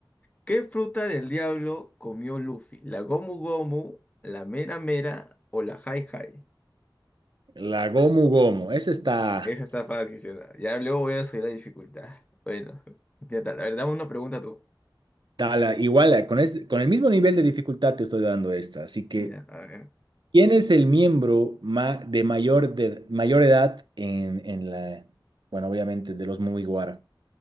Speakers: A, on the left; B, on the right.
A: ¿qué fruta del diablo comió Luffy? ¿La Gomu Gomu, la Mera Mera o la Hai Hai?
B: la Gomu Gomu, esa está,
A: Esa está fácil, sí, ¿no? Ya luego voy a subir la dificultad. Bueno, ya tal. A ver, dame una pregunta tú.
B: está la- igual, eh, con, este- con el mismo nivel de dificultad te estoy dando esta, así que
A: Ya, a ver.
B: ¿quién es el miembro ma- de mayor, de mayor edad en, en la, bueno, obviamente de los Mugiwara?